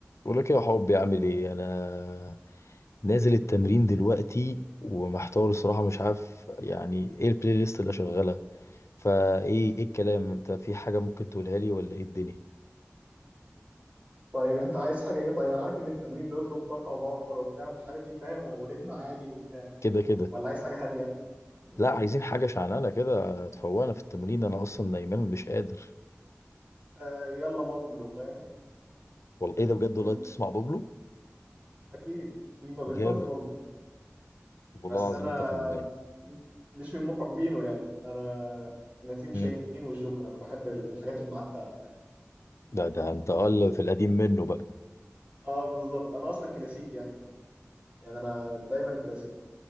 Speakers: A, on the left; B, on the right.
A: بقول لك إيه يا حبي عامل ايه انا نازل التمرين دلوقتي ومحتار الصراحه مش عارف يعني ايه البلاي ليست اللي شغاله فايه ايه الكلام انت في حاجه ممكن تقولها لي ولا ايه الدنيا
B: طيب انت عايز حاجه ايه طيب انا عارف ان التمرين بيطلب طاقه وباور وبتاع ومش عارف ايه فاهم و- وريتم عالي وبتاع
A: كده كده
B: ولا عايز حاجه هاديه مم.
A: لا عايزين حاجه شعلانه كده تفوقنا في التمرين انا اصلا نايمان مش قادر
B: آه يلا بابلو فاهم
A: والله ايه ده بجد
B: <laughs>
A: والله
B: مم.
A: بتسمع بابلو
B: اكيد مين ما بيسمعش
A: جامد
B: بابلو
A: والله
B: بس
A: العظيم
B: انا
A: انت فنان
B: م- مش من محبينه يعني انا انا تيم شاهين
A: مم.
B: والجوكر انا بحب ال- الحاجات المعتقه
A: ده ده انت اقل في القديم منه بقى
B: اه بالظبط انا اصلا كلاسيكي يعني شويه يعني انا دايما كلاسيكي